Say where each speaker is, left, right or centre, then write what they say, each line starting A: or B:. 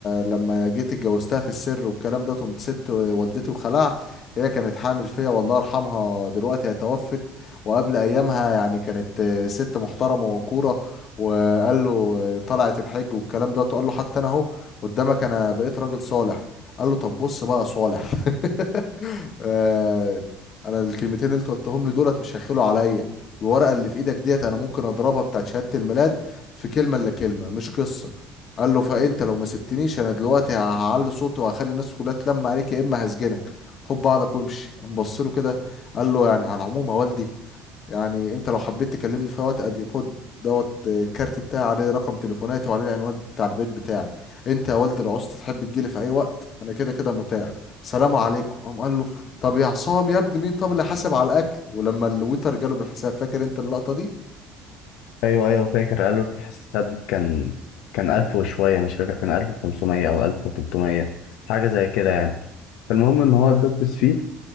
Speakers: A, on the left; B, on the left.
A: لما جيت اتجوزتها في السر والكلام ده قمت سبت والدتي وخلعت هي كانت حامل فيا والله يرحمها دلوقتي هي توفت وقبل ايامها يعني كانت آه، ست محترمه وكوره وقال له آه، طلعت الحج والكلام ده قال له حتى انا اهو قدامك انا بقيت راجل صالح قال له طب بص بقى يا صالح <laughs> آه، انا الكلمتين اللي انت قلتهم لي دولت مش هيخلوا عليا الورقه اللي في ايدك ديت انا ممكن اضربها بتاعت شهاده الميلاد في كلمه الا كلمه مش قصه قال له فانت لو ما سبتنيش انا دلوقتي هعلي صوتي وهخلي الناس كلها تلم عليك يا اما هسجنك خد بعضك وامشي قام بص له كده قال له يعني على العموم يا والدي يعني انت لو حبيت تكلمني في وقت ادي خد دوت آه، الكارت بتاعي عليه رقم تليفوناتي وعليه العنوان بتاع البيت بتاعي انت يا والد العسل تحب تجيلي في اي وقت انا كده كده متاح سلام عليكم قام قال له طب يا عصام يا ابني مين طب اللي حاسب على الاكل ولما الويتر جاله بالحساب فاكر انت اللقطة دي
B: أيوه أيوه فاكر قالوا الحساب كان كان ألف وشوية مش فاكر كان ألف وخمسمية أو ألف وتلتمية حاجة زي كده يعني فالمهم إن هو اتدبس فيه